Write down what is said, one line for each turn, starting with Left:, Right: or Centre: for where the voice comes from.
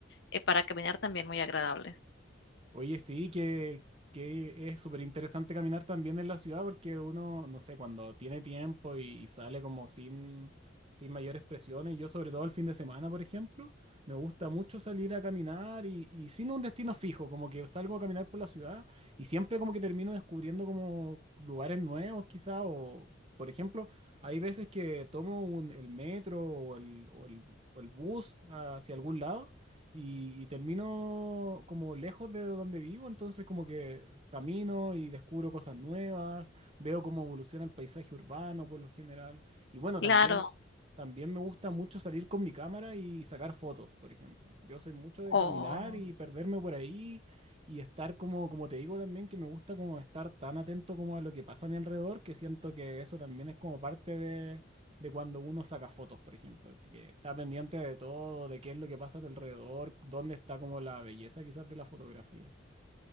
Left: eh, para caminar también muy agradables.
Right: Oye, sí, que, que es súper interesante caminar también en la ciudad porque uno, no sé, cuando tiene tiempo y, y sale como sin, sin mayores presiones, yo sobre todo el fin de semana, por ejemplo, me gusta mucho salir a caminar y, y sin un destino fijo, como que salgo a caminar por la ciudad y siempre como que termino descubriendo como lugares nuevos quizá o, por ejemplo, hay veces que tomo un- el metro o el, o el o el bus hacia algún lado y, y termino como lejos de donde vivo, entonces como que camino y descubro cosas nuevas, veo cómo evoluciona el paisaje urbano por lo general. Y bueno, también,
Left: Claro,
Right: también me gusta mucho salir con mi cámara y sacar fotos, por ejemplo. Yo soy mucho de
Left: o
Right: caminar y perderme por ahí y estar como, como te digo también, que me gusta como estar tan atento como a lo que pasa a mi alrededor, que siento que eso también es como parte de de cuando uno saca fotos, por ejemplo, que está pendiente de todo, de qué es lo que pasa a tu alrededor, dónde está como la belleza quizás de la fotografía.